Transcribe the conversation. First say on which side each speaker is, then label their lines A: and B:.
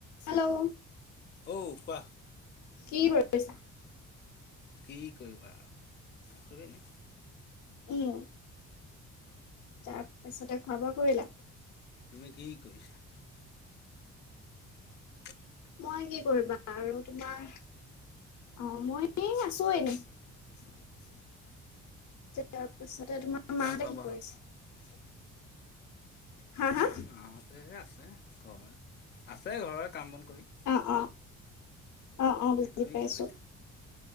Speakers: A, on the left (about 75°); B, on the left (about 35°).
A: Hello!
B: অও কোৱা?
A: কি কৰি আছা?
B: কি কৰিবা আৰু! আছোঁ এনেই।
A: উম, তাৰপিছতে খোৱা-বোৱা কৰিলা?
B: তুমি কি কৰিছা? যুঃ।
A: মই কি কৰিবা আৰু তোমাৰ, অঁ, মই এই আছোঁ এনেই। তাৰপিছতে তোমাৰ মাহঁতে
B: খোৱা
A: কি
B: বোৱা
A: কৰিছে?
B: হ'ল?
A: হাঁ, হাঁ?
B: মাহঁতে হে আছে ঘৰত, আছে ঘৰৰে কাম-বন কৰি।
A: অ, অঁ অঁ,
B: বাকী
A: বুজি
B: তুমি
A: পাইছোঁ।
B: কি কৰিছা?